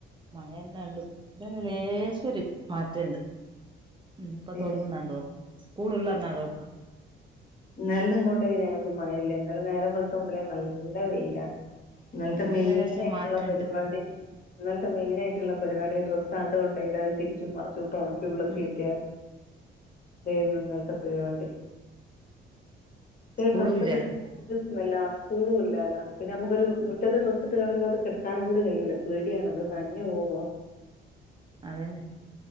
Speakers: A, on the right; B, on the left.
A: മഴ തന്നെ ഉള്ളൂ ഇന്നലേ ലേശം ഒരു മാറ്റമുണ്ട് ഇന്നിപ്പോ
B: ഏ
A: തൊടങ്ങുന്നണ്ടോ സ്കൂൾ ഉള്ളന്നാ തൊടങ്ങാ
B: ഇന്നലെന്ന് ഇങ്ങോട്ടേക്ക് ഞങ്ങക്ക് മഴയില്ല, ഇന്നലെ നേരം വെളുത്ത മുതലേ നല്ല വെയിലാ ഇന്നലത്തെ
A: ഇന്നലെ
B: മെയിൻ
A: ലേശം
B: ആയിട്ടുള്ള
A: മാറ്റണ്ട്
B: പരിപാടി ഇന്നലത്തെ മെയിനായിട്ടുള്ള പരിപാടി ഡ്രസ് ആണ്ട് കൊണ്ടയിടാ അത് തിരിച്ചും മറച്ചും ഇട്ട് ഉണക്കി ഉള്ളിൽ കയറ്റാ
A: ഉം
B: ഇതായിരന്ന് ഇന്നലെത്തെ പരിപാടി. ഈ
A: സ്കൂളും
B: ഡ്രെസ്സൊക്കെ
A: ഇല്ലാലോ
B: സ്‌മെല്ലാ സ്കൂളും ഇല്ലാല്ല പിന്നെ നമുക്കൊരു
A: ഉം
B: മുറ്റത്ത് ഡ്രെസ് ഇത് ഇട്ടിട്ട് ഒരു ഭാഗത്ത്‌ കെടക്കാനും കൂടി കഴിയൂല്ല പേടിയാണ് ഇത് നനഞ്ഞുപോകോന്ന്
A: അതന്നെ